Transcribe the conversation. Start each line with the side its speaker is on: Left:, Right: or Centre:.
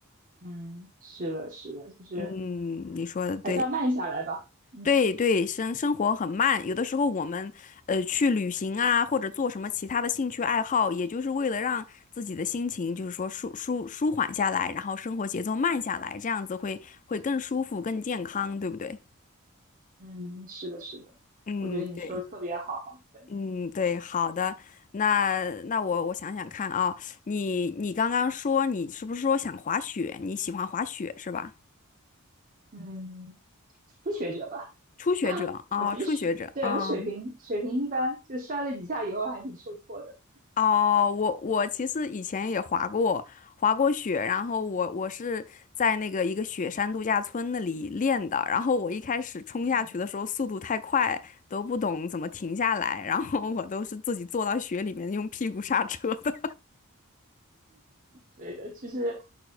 Right: 嗯，是的，是的，就是
Left: 嗯，你说的对。
Right: 还是要慢下来吧。嗯
Left: 对对，生生活很慢，有的时候我们呃去旅行啊，或者做什么其他的兴趣爱好，也就是为了让自己的心情就是说舒舒舒缓下来，然后生活节奏慢下来，这样子会会更舒服、更健康，对不对？
Right: 嗯，是的，是的，
Left: 嗯，
Right: 我觉得你说的特别好。
Left: 对，
Right: 对，
Left: 嗯，对，好的，那那我我想想看啊，你你刚刚说你是不是说想滑雪？你喜欢滑雪是吧？
Right: 嗯，初学者吧，
Left: 初学者啊，
Right: <laughs> 我其实对我水平水平一般，
Left: 初学者啊。
Right: 就摔了几下以后还挺受挫的。
Left: 哦，我我其实以前也滑过，滑过雪，然后我我是在那个一个雪山度假村那里练的，
Right: 嗯
Left: 然后我一开始冲下去的时候速度太快，
Right: 嗯
Left: 都不懂怎么停下来，
Right: 嗯，
Left: 然后我都是自己坐到雪里面用屁股刹车的。
Right: 对的，就是